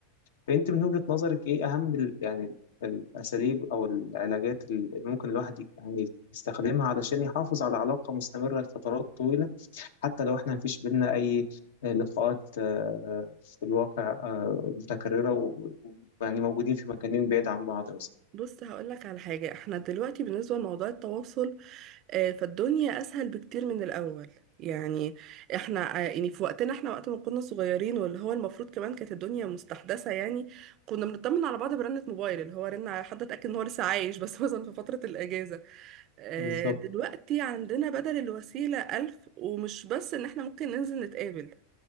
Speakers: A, on the left; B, on the right.
A: فانت من وجهة نظرك ايه اهم ال- يعني ال- الاساليب او العلاجات اللي ممكن الواحد يعني يستخدمها علشان يحافظ على علاقة مستمرة لفترات طويلة حتى لو احنا مفيش بينا اي آه، لقاءات آه، في الواقع آه، متكررة و- و- ويعني موجودين في مكانين بعيد عن بعض مثلا
B: بص هقولك على حاجة احنا دلوقتي بالنسبة لموضوع التواصل آه، فالدنيا اسهل بكتير من الاول يعني احنا ع- يعني في وقتنا احنا وقت ما كنا صغيرين واللي هو المفروض كمان كانت الدنيا مستحدثه يعني كنا بنطمن على بعض برنة موبايل اللي هو رن على حد اتاكد ان هو لسه عايش بس <laughs> مثلا في فتره الاجازه آه،
A: بالظبط
B: دلوقتي عندنا بدل الوسيله الف ومش بس ان احنا ممكن ننزل نتقابل